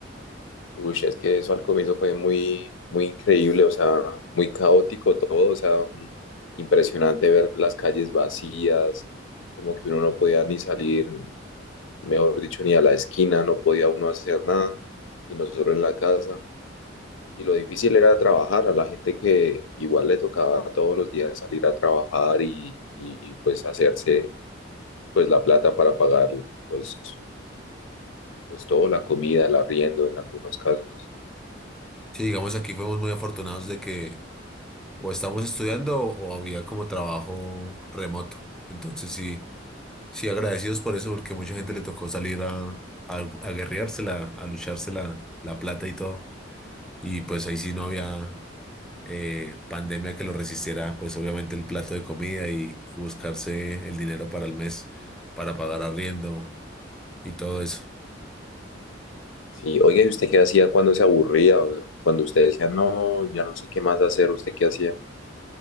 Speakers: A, on the left; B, in the centre.
A: Uy, es que eso al comienzo fue muy, muy increíble, o sea, muy caótico todo, o sea, mm, impresionante ver las calles vacías, como que uno no podía ni salir, mejor dicho, ni a la esquina, no podía uno hacer nada, y nosotros en la casa. Y lo difícil era trabajar a la gente que igual le tocaba todos los días salir a trabajar y, y pues hacerse pues la plata para pagarlo, pues, pues todo, la comida, el arriendo en algunos casos.
B: Sí, digamos, aquí fuimos muy afortunados de que o estábamos estudiando o había como trabajo remoto. Entonces sí. Sí, agradecidos por eso, porque mucha gente le tocó salir a, a, a guerreársela, a lucharse la, la plata y todo. Y pues ahí sí no había eh, pandemia que lo resistiera, pues obviamente el plato de comida y, buscarse el dinero para el mes, para pagar arriendo y todo eso.
A: Sí, oiga, ¿y usted qué hacía cuando se aburría? O cuando usted decía, no, ya no sé qué más hacer, ¿usted qué hacía?